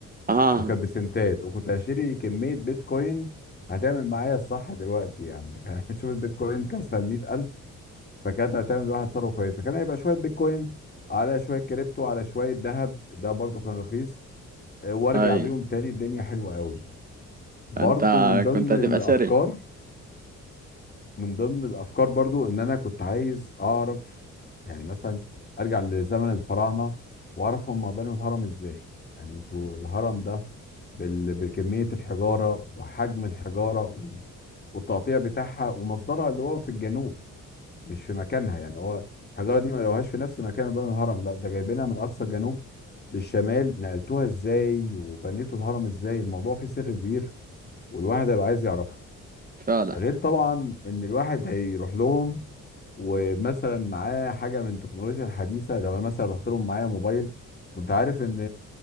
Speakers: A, on the right (about 30°); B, on the left (about 30°).
A: اه
B: أو كان بسنتات وكنت هشتري كمية بيتكوين هتعمل معايا الصح دلوقتي يعني <laughs> شوف البيتكوين كان سال 100000 فكانت هتعمل واحد ثروة كويسة كان هيبقى شوية بيتكوين على شوية كريبتو على شوية ذهب ده برضو كان رخيص آه، وارجع
A: اي
B: بيهم تاني الدنيا حلوة قوي برضو
A: انت
B: من ضمن
A: كنت هتبقى
B: الافكار
A: سري
B: من ضمن الافكار برضو ان انا كنت عايز اعرف يعني مثلا ارجع لزمن الفراعنه واعرف هم بنوا الهرم ازاي يعني انتوا الهرم ده بال- بكميه الحجاره وحجم الحجاره والتقطيع بتاعها ومصدرها اللي هو في الجنوب مش في مكانها يعني هو الحجاره دي ما لقوهاش في نفس مكان بنوا الهرم لا ده جايبينها من اقصى الجنوب للشمال نقلتوها ازاي وبنيتوا الهرم ازاي الموضوع فيه سر كبير والواحد هيبقى عايز يعرفه
A: فعلا
B: ده غير طبعا ان الواحد هيروح لهم ومثلا معاه حاجه من التكنولوجيا الحديثه لو أنا مثلا رحت لهم معايا موبايل وانت عارف ان